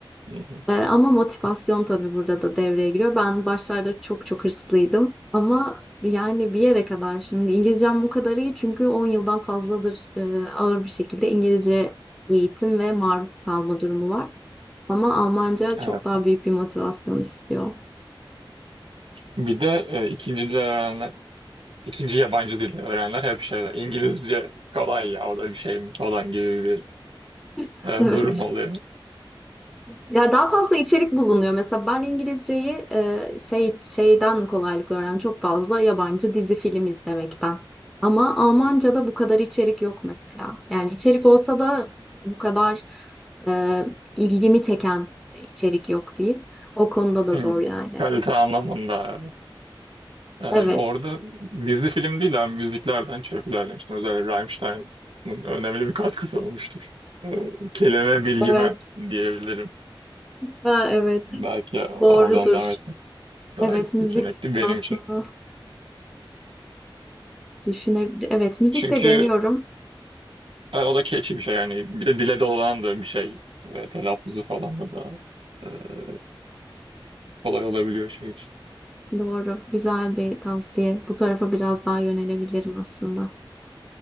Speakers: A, on the right; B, in the centre.
A: Hı hı,
B: Ee, ama motivasyon tabii burada da devreye giriyor. Ben başlarda çok çok hırslıydım ama yani bir yere kadar şimdi İngilizcem bu kadar iyi çünkü 10 yıldan fazladır e, ağır bir şekilde İngilizce eğitim ve maruz kalma durumu var. Ama Almanca
A: Evet.
B: çok daha büyük bir motivasyon istiyor.
A: Bir de e, ikinci dil öğrenenler, ikinci yabancı dil öğrenenler hep şeyler. İngilizce kolay ya o da bir şey mi falan gibi bir
B: <laughs>
A: e,
B: Evet.
A: durum oluyor.
B: Ya daha fazla içerik bulunuyor. Mesela ben İngilizceyi e, şey şeyden kolaylıkla öğrendim. Çok fazla yabancı dizi film izlemekten. Ama Almanca'da bu kadar içerik yok mesela. Yani içerik olsa da bu kadar e, ilgimi çeken içerik yok diyeyim. O konuda da
A: Hı,
B: zor yani.
A: Kalite anlamında Ee,
B: Evet.
A: orada dizi film değil ama müziklerden çok ilerlemiştim. Özellikle Rammstein'ın önemli bir katkısı olmuştur. Ee, kelime bilgime
B: Evet.
A: diyebilirim.
B: Ha, evet.
A: Belki
B: Doğrudur.
A: oradan devam etmek daha
B: Evet
A: iyi seçenekti
B: müzik
A: benim
B: aslında
A: için.
B: düşünebilirim. Evet müzik
A: Çünkü
B: de deniyorum.
A: e, o da keyifli bir şey yani. Bir de dile dolanan da bir şey. Ve telaffuzu falan da daha e, kolay olabiliyor şey için.
B: Doğru. Güzel bir tavsiye. Bu tarafa biraz daha yönelebilirim aslında.